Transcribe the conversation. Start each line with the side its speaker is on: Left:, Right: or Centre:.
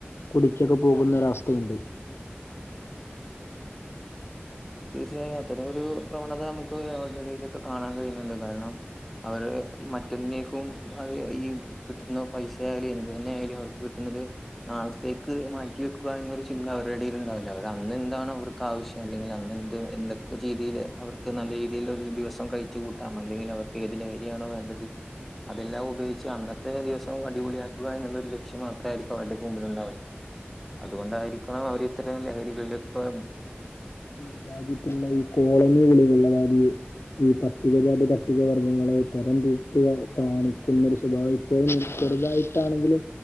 Left: കുടിച്ചൊക്കെ പോകുന്ന ഒരവസ്ഥയുണ്ട്
Centre: തീർച്ചയായും അത്തരംഒരു പ്രവണത നമുക്ക് എവിടേയിലേക്കെ കാണാൻ കഴിയുന്നുണ്ട് കാരണം അവര് മറ്റന്ക്കും അത് ഈ കിട്ടുന്ന പൈസയാലും എന്തു തന്നെ ആയാലും അവർക്ക് കിട്ടുന്നത് നാളത്തേക്ക് മാറ്റി വെക്കുക എന്നൊരു ചിന്ത അവരുടെടയിൽ ഉണ്ടാവില്ല അവര് അന്ന് എന്താണ് അവർക്ക് ആവശ്യം അല്ലെങ്കിൽ എന്ത് എന്തൊക്കെ ചെയീതിൽ അവർക്ക് നല്ല രീതിയിൽ ഒരു ദിവസം കഴിച്ചു കൂട്ടാം അല്ലെങ്കിൽ അവർക്ക് ഏത് ലഹരിയാണോ വേണ്ടത് അതെല്ലാം ഉപയോഗിച്ച് അന്നത്തെ ദിവസം അടിപൊളിയാക്കുക എന്ന്ള്ളൊരു ലക്ഷ്യം മാത്രായിരിക്കും അവര്ടൊക്കെ മുമ്പില്ണ്ടാവ അത് കൊണ്ടായിരിക്കണം അവരിത്രയും ലഹരികളിലൊക്കെ
Left: അതായത്പ്പള്ള ഈ കോളനികളില്ള്ള മാരി ഈ പട്ടികജാതി പട്ടികവർഗ്ഗങ്ങളെ തരം തിരിച്ച് കാണിക്കുന്നൊരു സ്വഭാവം ഇപ്പോയും ചെറ്തായിട്ടാണെങ്കിലും